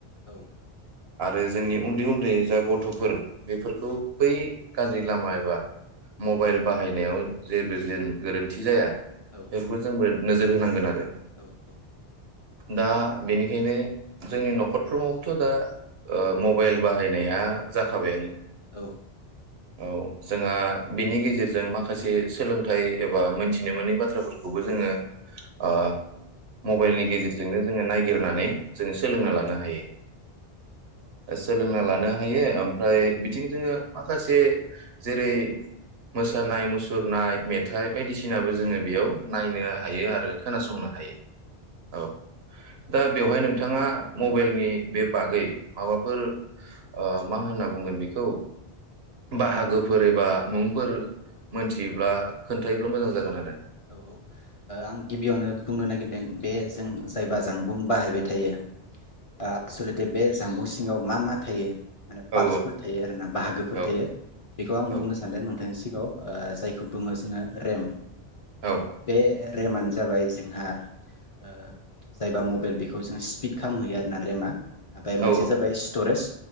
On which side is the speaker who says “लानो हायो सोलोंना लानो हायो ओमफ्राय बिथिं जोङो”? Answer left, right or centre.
Right